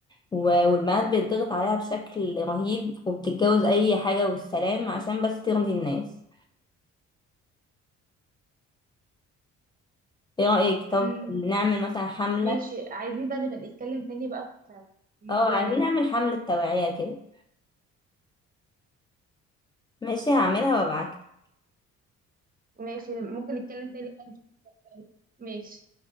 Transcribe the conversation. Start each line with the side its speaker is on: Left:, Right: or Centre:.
Left: و- والبنات بيتضغط عليها بشكل رهيب وبتتجوز اي حاجة والسلام عشان بس ترضي الناس ايه رأيك طب
Right: امم
Left: نعمل مثلا حملة
Right: ماشي عايزين بقى نبقى نتكلم تاني بقى في الموضوع
Left: اه عايزين
Right: ده
Left: نعمل حملة توعية كده ماشي هعملها وابعتلك
Right: ماشي ممكن نتكلم تاني بقى ماشي